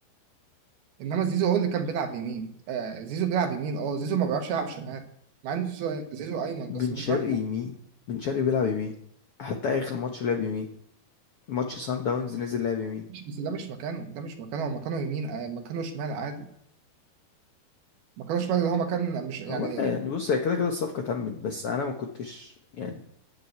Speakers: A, on the right (about 75°); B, on the left (about 75°).
A: إنما زيزو هو اللي كان بيلعب يمين آه زيزو بيلعب يمين أه زيزو ما بيعرفش يلعب شمال مع إن زيزو زيزو أيمن
B: بن
A: بس مش
B: شرقي
A: بيعرف يلعب-
B: يمين بن شرقي بيلعب يمين حتى اخر ماتش لعب يمين ماتش سان داونز نزل لعب يمين
A: مش- بس ده مش مكانه ده مش مكانه هو مكانه يمين آه مكانه شمال عادي مكانه شمال اللي هو مكان مش يعني
B: والله يعني بص هي كده كده الصفقة تمت بس انا ما كنتش يعني